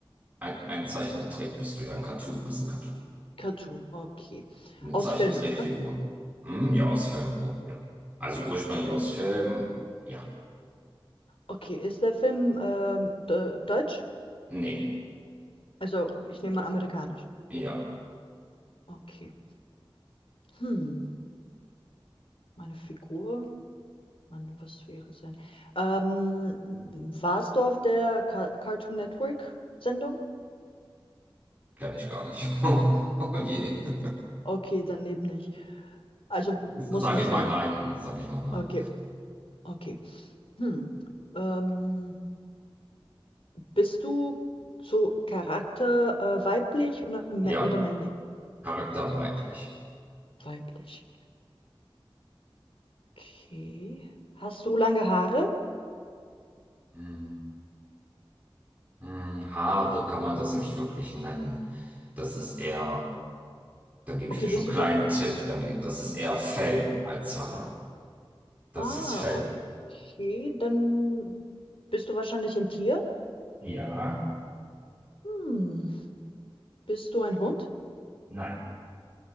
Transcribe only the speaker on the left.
Cartoon, okay.
Aus
Filmen, ne?
Okay, ist der Film ähm, de- deutsch?
Also, ich nehme an, amerikanisch.
Okay. Hm, meine Figur? Mann, was wäre sein? Ähm, warst du auf der Ca- Cartoon Network Sendung?
Okay, dann eben nicht. Also, muss
nicht
sein.
Okay, okay. Hm. Ähm, bist du so Charakter äh, weiblich oder, mä-
oder männlich?
Weiblich. Okay. Hast du lange Haare?
Okay,
bist
du
dann.
mhm.
Ah,
okay. Dann bist du wahrscheinlich ein Tier.
Hm. Bist du ein Hund?